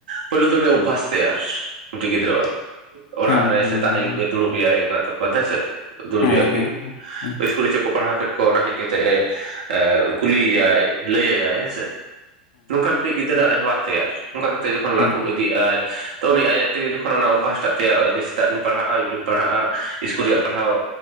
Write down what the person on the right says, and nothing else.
ᱯᱳᱭᱞᱳ ᱛᱮ ᱱᱚᱜ-ᱚᱭ ᱚᱵᱷᱟᱥ ᱛᱟᱭᱟᱨ ᱢᱤᱫᱴᱮᱡ ᱜᱤᱫᱽᱨᱟᱹᱣᱟᱜ ᱚᱲᱟᱜ
ᱨᱮ
ᱥᱮᱛᱟᱜ
ᱟᱹᱭᱩᱵ ᱮ ᱫᱩᱲᱩᱵ ᱮᱭᱟᱭ ᱮᱸᱜᱟᱛ-ᱟᱯᱟᱛ ᱦᱮᱸᱥᱮ, ᱫᱩᱲᱩᱵᱮᱭᱟ
ᱠᱤᱱ
ᱤᱥᱠᱩᱞ ᱨᱮ ᱪᱮᱫ ᱠᱚ ᱯᱟᱲᱦᱟᱣ ᱠᱮᱫ ᱠᱚᱣᱟ ᱚᱱᱟ ᱦᱮᱡ ᱠᱟᱛᱮᱜ ᱮ ᱠᱩᱞᱤᱭᱟᱭ ᱞᱟᱹᱭᱟᱭᱟᱭ ᱦᱮᱸᱥᱮ᱾ ᱱᱚᱝᱠᱟ ᱢᱤᱫᱴᱤᱡ ᱜᱤᱫᱽᱨᱟᱹ ᱟᱨᱦᱚᱸ ᱦᱟᱸᱜ ᱛᱮᱭᱟᱨ, ᱚᱱᱠᱟ ᱠᱟᱛᱮ‌ ᱡᱚᱠᱷᱚᱱ
ᱞᱟᱹᱴᱩ ᱤᱫᱤᱜ-ᱟᱭ ᱛᱚ ᱩᱱᱤ ᱟᱡ ᱟᱡ ᱛᱮᱜᱮ ᱡᱚᱠᱷᱚᱱ ᱚᱱᱟ ᱚᱵᱷᱟᱥᱴᱟᱜ ᱛᱮᱭᱟᱨᱚᱜ-ᱟ ᱡᱮ ᱥᱮᱛᱟᱜ ᱨᱮᱧ ᱯᱟᱲᱦᱟᱜ-ᱟ ᱟᱹᱭᱩᱩᱨᱤᱧ ᱯᱟᱲᱦᱟᱜ-ᱟ ᱤᱥᱠᱩᱞ ᱨᱮᱭᱟᱜ ᱯᱟᱲᱦᱟᱣ